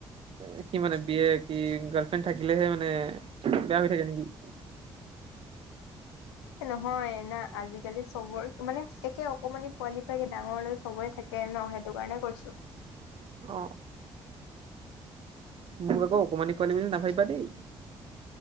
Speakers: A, on the right (about 40°); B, on the left (about 75°).
A: এ কি মানে বিয় কি গাৰ্লফ্ৰেণ্ড থাকিলেহে মানে বেয়া হৈ থাকে নেকি
B: নহয় না আজিকালি চবৰে মানে একে অকমানি পোৱালি ফে ডাঙৰলৈ চবৰে থাকে। ত ন সেইটো কাৰণে কৈছো
A: অ মোৰ আক অকমানি পালি বুলি নাভাবিবা দেই।